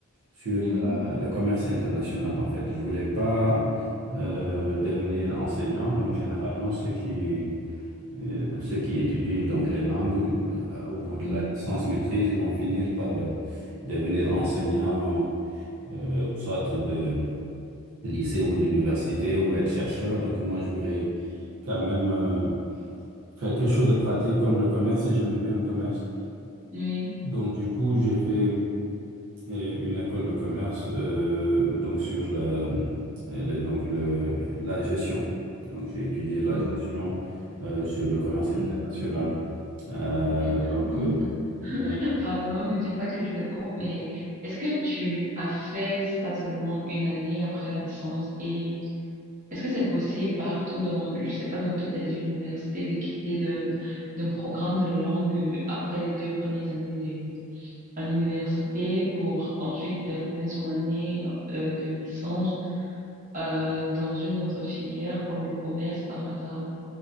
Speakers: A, on the right (about 70°); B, on the right (about 35°).
A: sur
B: mhm.
A: la- le commerce international, en fait. Je voulais pas euh, devenir enseignant. Donc, généralement, ceux qui Euh, ceux qui étudient donc les langues, euh, au bout de
B: Oui,
A: la licence maîtrise, ils vont finir par euh, devenir enseignants, euh, soit de lycée ou d'université ou être chercheur. Donc moi, je voulais quand même euh, faire quelque chose de pratique comme le commerce. J'aimais bien le commerce.
B: oui.
A: Donc du coup, j'ai fait et une école de commerce euh, donc sur la, elle est donc le, la gestion. Donc j'ai étudié la
B: Oh,
A: gestion euh, sur le commerce
B: c'est
A: international. Euh,
B: c'est intéressant
A: donc euh, ouais.
B: ça. <laughs> Pardon, ne dis pas que je te coupe, mais est-ce que tu as fait ça seulement une année après la licence et est-ce que c'est possible partout dans, je sais pas, dans toutes les universités de quitter de, d'un programme de langue euh, après les deux premières années de, à l'université pour ensuite terminer son année euh, de licence? euh, dans une autre filière comme le commerce par hasard.